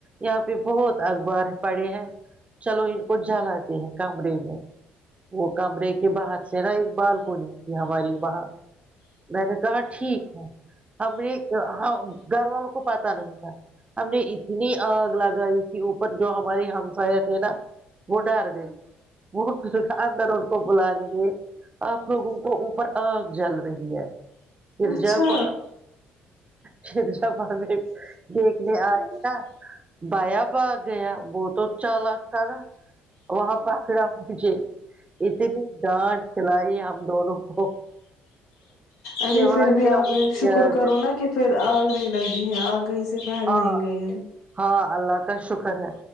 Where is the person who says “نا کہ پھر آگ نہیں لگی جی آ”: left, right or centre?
Left